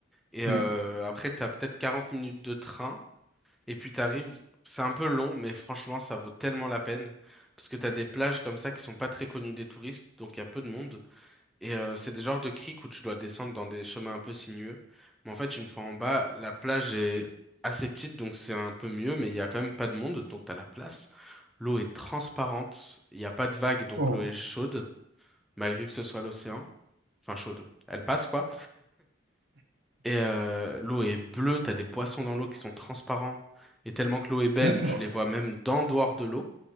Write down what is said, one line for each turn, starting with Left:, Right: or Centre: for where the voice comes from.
Centre: et
Right: Oui.
Centre: euh, après t'as peut-être 40 minutes de train. Et puis t'arrives, c'est un peu long, mais franchement, ça vaut tellement la peine. Parce que t'as des plages comme ça qui sont pas très connues des touristes, donc il y a peu de monde. Et euh, c'est des genres de criques où tu dois descendre dans des chemins un peu sinueux. Mais en fait, une fois en bas, la plage est assez petite, donc c'est un peu mieux, mais il y a quand même pas de monde, donc t'as la place. L'eau est transparente, il n'y a pas de vagues, donc
Right: Oh,
Centre: l'eau est chaude, malgré que ce soit l'océan. Enfin, chaude. Elle passe, quoi. Et euh, l'eau est bleue, t'as des poissons dans l'eau qui sont transparents. Et tellement que l'eau est belle,
Right: d'accord.
Centre: tu les vois même d'en dehors de l'eau.